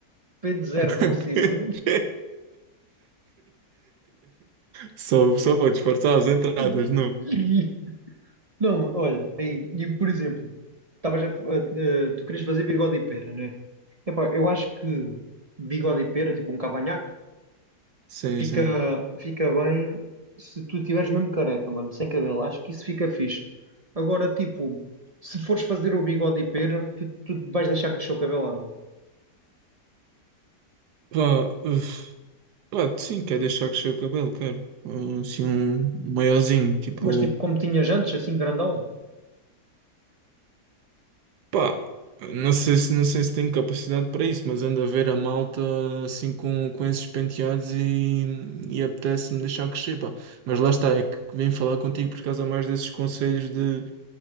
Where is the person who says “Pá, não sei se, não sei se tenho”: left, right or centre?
Right